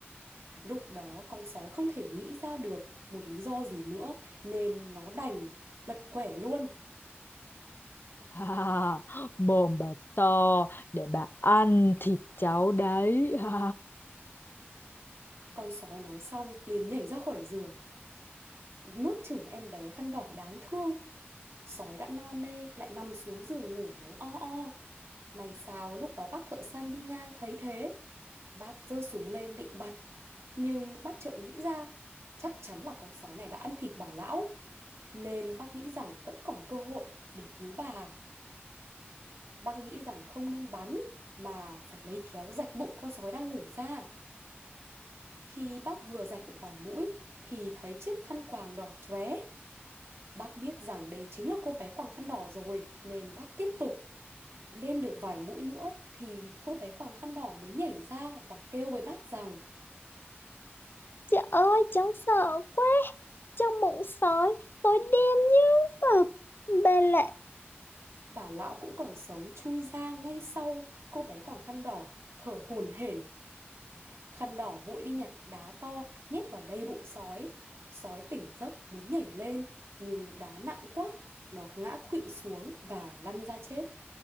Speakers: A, on the right; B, on the left.
A: lúc đó con sói không thể nghĩ ra được một lý do gì nữa nên nó đành lật quẻ luôn
B: À, mồm bà to để bà ăn thịt cháu đấy. À.
A: con sói nói xong liền nhảy ra khỏi giường nuốt chửng em bé khăn đỏ đáng thương sói đã no nê lại nằm xuống giường ngủ ngáy o o May sao lúc đó bác thợ săn đi ngang thấy thế. Bác giơ súng lên định bắn. Nhưng bác chợt nghĩ ra, chắc chắn là con sói này đã ăn thịt bà lão. Nên bác nghĩ rằng vẫn còn cơ hội để cứu bà. Bác nghĩ rằng không nên bắn mà phải lấy kéo rạch bụng con sói đang ngủ ra. Khi bác vừa rạch được vài mũi thì thấy chiếc khăn quàng đỏ chóe. Bác biết rằng đây chính là cô bé quàng khăn đỏ rồi nên bác tiếp tục Đêm được vài mũi nữa thì cô bé quàng khăn đỏ mới nhảy ra và kêu với bác rằng
B: Trời ơi, cháu sợ quá. Trong bụng sói, tôi đen như mực. Bà lạ
A: bà lão cũng còn sống chui ra ngay sau cô bé quàng khăn đỏ thở hổn hển. Khăn đỏ vội đi nhặt đá to nhét vào đầy bụng sói. Sói tỉnh giấc muốn nhảy lên nhưng đá nặng quá, nó ngã khuỵu xuống và lăn ra chết.